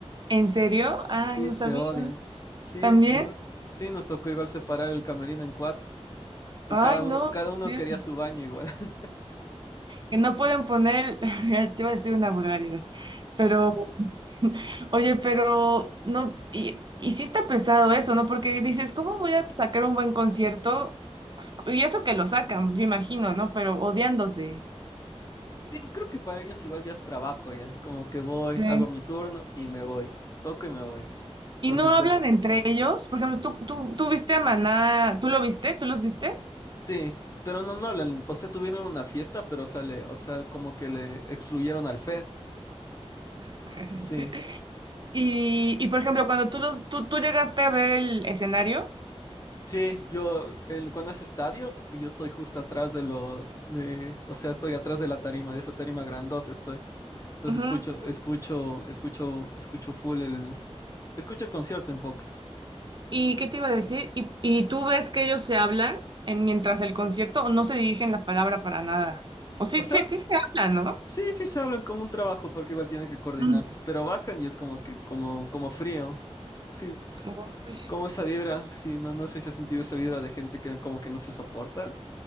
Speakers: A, on the right; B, on the left.
A: ¿en serio? Ay,
B: Sí,
A: no
B: se
A: sabía.
B: odian. Sí,
A: ¿También?
B: se odian. Sí, nos tocó igual separar el camerino en cuatro. Y
A: Ay,
B: cada
A: no.
B: uno, cada uno
A: sí,
B: quería su baño igual. <laughs>
A: Que no pueden poner, el- <laughs> te iba a decir una vulgaridad, pero, <laughs> oye, pero, no, y, y sí está pesado eso, ¿no? Porque dices, ¿cómo voy a sacar un buen concierto? Y eso que lo sacan, yo imagino, ¿no? Pero odiándose.
B: Sí, creo que para ellos igual ya es trabajo, ya. Es como que voy,
A: Sí.
B: hago mi turno y me voy. Toco y me voy. Entonces
A: Y no hablan
B: es.
A: entre ellos. Por ejemplo, tú, tú, tú viste a Maná, ¿tú lo viste? ¿Tú los viste?
B: Sí, pero no, no hablan, o sea, tuvieron una fiesta, pero sale, o sea, como que le excluyeron al Fer.
A: <laughs>
B: Sí,
A: Y, y, por ejemplo, cuando tú, los, tú, tú llegaste a ver el escenario,
B: sí, yo, en, cuando es estadio, yo estoy justo atrás de los, eh, o sea, estoy atrás de la tarima, de esa tarima grandota estoy. Entonces
A: Ujú.
B: escucho, escucho, escucho, escucho full el, escucho el concierto en pocas.
A: ¿Y qué te iba a decir? ¿Y, y tú ves que ellos se hablan en, mientras el concierto o no se dirigen la palabra para nada? O sí,
B: O
A: sí,
B: sea,
A: sí se hablan, ¿no?
B: sí, sí se hablan como un trabajo, porque igual tienen que coordinarse,
A: Mm.
B: pero bajan y es como que, como, como frío. Sí,
A: Uy,
B: como esa vibra, sí, no, no sé si has sentido esa vibra de gente que como que no se soporta.